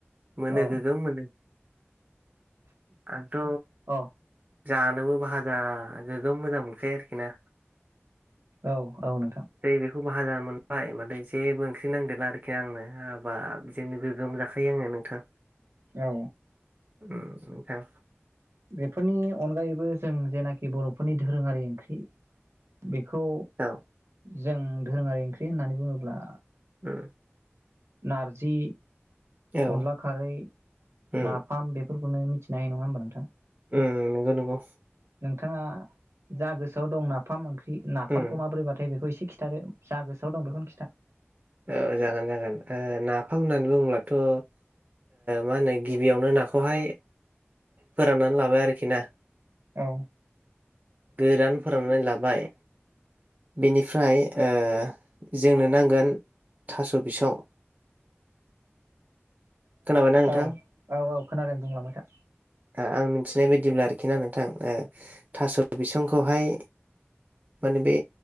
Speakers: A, on the right; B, on the right.
A: मोनो
B: औ
A: गोगोम मोनो आथ'
B: औ
A: जानोबो भाजा गोगोम मोजां मोनखायो आरोखि ना।
B: औ औ नोंथां
A: जै बेखौ भाजा मोनबाय होनबाथाय जेबो ओंख्रि नां देरला आरोखि आंनो हाबा जजोंनो गोग्गोम जाखायो आङो नोंथां
B: औ
A: उम आं
B: बेफोरनि अनगायैबो जों जेनाखि बर'फोरनि दोरोङारि ओंख्रि बे खौ
A: औ
B: जों धोरोङारि ओंख्रि होननानै बुङोब्ला
A: उम
B: नारजि
A: औ
B: अनला खारै
A: उम
B: नाफाम बे फोरखौ मिथिनो हायो नङा होमबा नोंथां?
A: उम नंगौ नंगौ नोंथां
B: नोंथाङा जा गोसोआव दं नाफाम ओंख्रि नाफामखौ
A: उम
B: माबोरैबाथाय बेखौ एसे खिथादो जा गोसोआव दं बेखौनो खिथा
A: औ जागोन जागोन ओ नाफाम होननानै बुङोब्लाथ' ओ मा होनो गिबियावनो नाखौहाय फोराननानै लाबाय आरोखि खिना
B: औ
A: गोरान फोराननानै लाबाय बेनिफ्राय ओ जोंनो नांगोन थास' बिसं। खोनाबायना नोंथां
B: औ औ औ खोनादों बुंलांबाय था।
A: ओ आं मिथिनाय बायदिब्ला आरोखि ना नोंथां थास' बिसंखौहाय माने बे